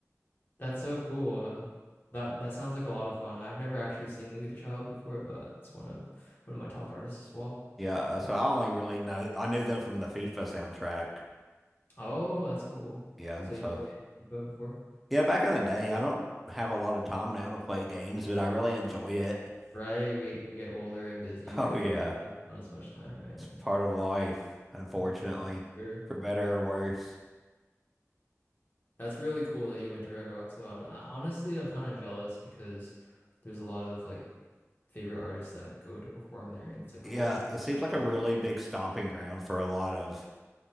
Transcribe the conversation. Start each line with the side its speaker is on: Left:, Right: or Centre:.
Left: That's so cool. Uh, that that sounds like a lot of fun. I've never actually seen Louis the Child before, but it's one of one of my top artists as well.
Centre: Yeah, so I only really know I knew them from the FIFA soundtrack.
Left: Oh, that's cool.
Centre: Yeah,
Left: So
Centre: so
Left: you played FIFA before?
Centre: yeah, back in the day, I don't have a lot of time now to play games, but I really enjoyed it. <laughs>
Left: Right. We we get older and busier,
Centre: Oh yeah,
Left: not as, not as much time, right?
Centre: it's part of life, unfortunately,
Left: Mm-hmm. Sure.
Centre: for better or worse.
Left: That's really cool that you went to Red Rock. So I'm I, honestly I'm kind of jealous because there's a lot of like favorite artists that go to perform there, and it's like
Centre: Yeah,
Left: a whole
Centre: it seems
Left: shebang.
Centre: like a really big stomping ground for a lot of